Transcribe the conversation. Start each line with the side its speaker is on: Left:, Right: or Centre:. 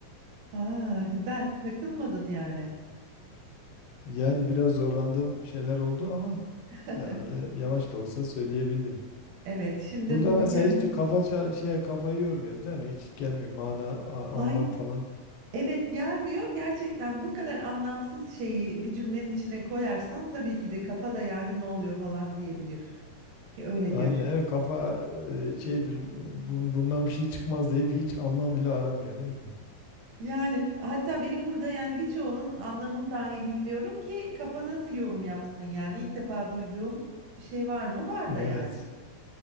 Right: Aa, güzel. Takılmadın yani.
Left: Yani biraz zorlandığım şeyler oldu ama
Right: <laughs>
Left: herhalde yavaş da olsa söyleyebildim.
Right: Evet, şimdi
Left: Burada
Right: bu
Left: mesela
Right: mükemmel.
Left: hiç kafa ça- şeye kafayı yormuyoruz değil mi? Hiç gelmiyor mana a-
Right: Hayır,
Left: anlam falan.
Right: evet gelmiyor. Gerçekten bu kadar anlamsız şeyi bir cümlenin içine koyarsan tabii ki de kafada yani ne oluyor falan diyebilir. Ki öyle
Left: Aynen
Right: diyor şu.
Left: evet kafa e, şeydir bun- bundan bir şey çıkmaz deyip hiç anlam bile aramıyor değil mi?
Right: Yani hatta benim burada yani birçoğunun anlamını dahi bilmiyorum ki kafa nasıl yorum yapsın yani ilk defa duyduğum bir şey var mı? Var
Left: Evet.
Right: da yani